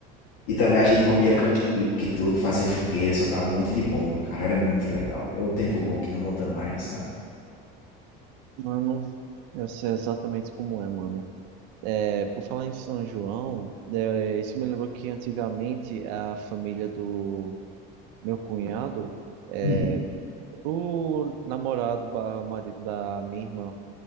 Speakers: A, on the left; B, on the right.
A: E também
B: Ah,
A: a gente
B: mano,
A: comia canjica
B: um-
A: e tudo, fazia fogueira, soltava um monte de bomba, cara. Era muito legal. É outro tempo bom que não volta mais, tá?
B: mano, eu sei exatamente como é, mano. É, por falar em São João, é, isso me lembrou que antigamente a família do meu cunhado, é,
A: Hum,
B: o namorado barra marido da minha irmã,